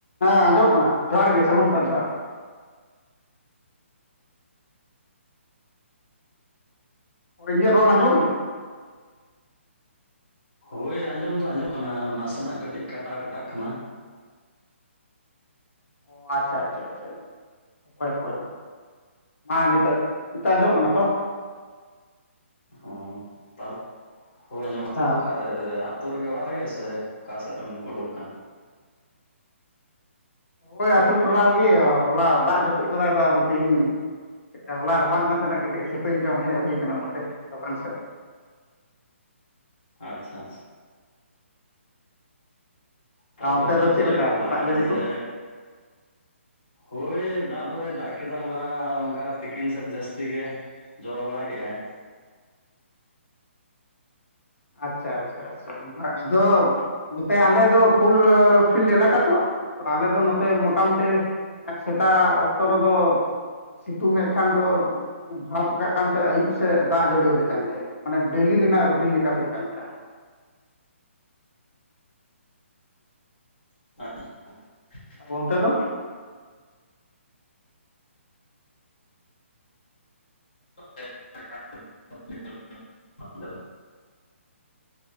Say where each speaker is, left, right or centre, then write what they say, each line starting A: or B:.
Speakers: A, on the left; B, on the left.
A: ᱦᱮᱸ ᱟᱸᱡᱚᱢᱚᱜ ᱠᱟᱱᱟ? ᱡᱚᱦᱟᱨ ᱜᱮ ᱥᱟᱹᱜᱩᱱ ᱥᱮᱛᱟᱜ ᱡᱚᱦᱟᱨ ᱾ ᱦᱳᱭ ᱤᱧᱟᱹᱜ ᱨᱚᱲ ᱟᱸᱡᱚᱢ ᱠᱟᱱᱟ?
B: ᱦᱳᱭ ᱟᱸᱡᱚᱢ ᱫᱚ ᱟᱸᱡᱚᱢ ᱠᱟᱱᱟ ᱱᱟᱥᱮᱱᱟᱜ ᱠᱟᱹᱴᱤᱡ ᱠᱟᱴᱟ ᱠᱟᱴᱟᱜ ᱠᱟᱱᱟ ᱾
A: ᱚ ᱟᱪᱪᱷᱟ, ᱟᱪᱪᱷᱟ, ᱟᱪᱪᱷᱟ ᱾ ᱦᱟᱯᱳᱭ, ᱦᱟᱯᱳᱭ ᱦᱟᱸᱜ, ᱢᱟ ᱱᱤᱛᱚᱜ ᱟᱸᱡᱚᱢᱚᱜ ᱠᱟᱱᱟ ᱛᱚ ᱾
B: ᱚ ᱛᱟᱨ ᱦᱳᱭ ᱟᱸᱡᱚᱢᱚᱜ ᱱᱤᱛᱚᱜ
A: ᱦᱮᱸ
B: ᱫᱚ ᱚᱠᱟ ᱟᱛᱳ ᱨᱮᱜᱮ ᱚᱲᱟᱜ ᱨᱮᱜᱮ ᱥᱮ ᱚᱠᱟ ᱥᱮᱜ ᱮᱢ ᱩᱰᱩᱠ ᱠᱟᱱᱟ?
A: ᱳᱭ ᱟᱛᱳ ᱴᱚᱞᱟ ᱨᱮᱜᱮ ᱦᱚᱞᱟ ᱫᱟᱜ ᱡᱟᱹᱯᱩᱫ ᱠᱟᱫᱟᱭ ᱫᱚ ᱟᱫᱚ ᱛᱤᱦᱤᱧ ᱦᱚᱞᱟ ᱨᱟᱵᱟᱝ ᱠᱟᱱ ᱛᱟᱦᱮᱱᱟ ᱠᱟᱹᱴᱤᱡ ᱥᱮᱛᱩᱧ ᱡᱚᱢ ᱦᱮᱡ ᱦᱩᱭ ᱟᱠᱟᱱᱟ, ᱱᱚᱛᱮ ᱫᱚᱠᱟᱱ ᱥᱮᱜ ᱾
B: ᱟᱪᱪᱷᱟ, ᱟᱪᱪᱷᱟ ᱾ ᱛᱟᱯᱚᱨᱮ
A: ᱟᱨ ᱚᱱᱛᱮ
B: ᱫᱟᱜ
A: ᱫᱚ ᱪᱮᱫ ᱞᱮᱠᱟ
B: ᱦᱚᱞᱟ
A: ᱫᱟᱜ ᱡᱟᱹᱲᱤ
B: ᱡᱮ
A: ᱠᱚ?
B: ᱦᱳᱭ ᱫᱟᱜ ᱫᱚᱭ ᱫᱟᱜ ᱠᱮᱫᱟ, ᱦᱚᱞᱟ ᱚᱱᱠᱟ ᱛᱤᱠᱤᱱ ᱥᱮᱫ ᱡᱟᱹᱥᱛᱤ ᱜᱮ ᱾ ᱡᱚᱨᱚ ᱵᱟᱲᱟ ᱠᱮᱜ-ᱟᱭ ᱾
A: ᱟᱪᱪᱷᱟ, ᱟᱪᱪᱷᱟ, ᱟᱪᱪᱷᱟ᱾ ᱟᱫᱚ ᱱᱚᱛᱮ ᱟᱞᱮ ᱫᱚ ᱠᱳᱩᱞ ᱯᱷᱤᱞᱰ ᱮᱞᱟᱠᱟ ᱛᱚ, ᱟᱞᱮ ᱫᱚ ᱱᱚᱛᱮ ᱢᱚᱴᱟᱢᱩᱴᱤ ᱥᱮᱛᱟᱜ ᱚᱠᱛᱚ ᱨᱮᱫᱚ ᱥᱤᱛᱩᱝ ᱮᱫ ᱠᱷᱟᱱ ᱫᱚ ᱵᱷᱟᱵᱽ ᱨᱟᱠᱟᱵ ᱠᱟᱱᱛᱮ ᱟᱹᱭᱩᱵ ᱥᱮᱫ ᱫᱟᱜ ᱡᱟᱹᱲᱤᱭᱟᱹ ᱟᱞᱮᱠᱟᱱ ᱜᱮᱭᱟ, ᱢᱟᱱᱮ ᱰᱮᱞᱤ ᱨᱮᱱᱟᱜ ᱨᱩᱴᱤᱱ ᱞᱮᱠᱟ ᱦᱩᱭ ᱟᱠᱟᱱ ᱞᱮᱠᱟ ᱾
B: <inaudible>
A: ᱟᱨ ᱚᱱᱛᱮ ᱫᱚ
B: <unintelligible>